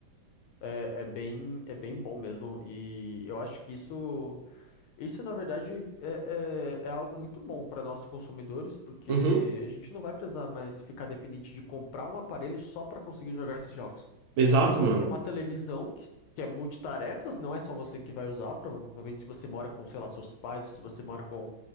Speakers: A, on the left; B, on the right.
A: É, é bem, é bem bom mesmo. E eu acho que isso. Isso, na verdade, é, é, é algo muito bom para nossos consumidores, porque
B: Uhum.
A: a gente não vai precisar mais ficar dependente de comprar um aparelho só para conseguir jogar esses jogos.
B: Exato,
A: Você compra
B: mano.
A: uma televisão, que, que é multitarefas, não é só você que vai usar, provavelmente se você mora com, sei lá, seus pais, ou se você mora com,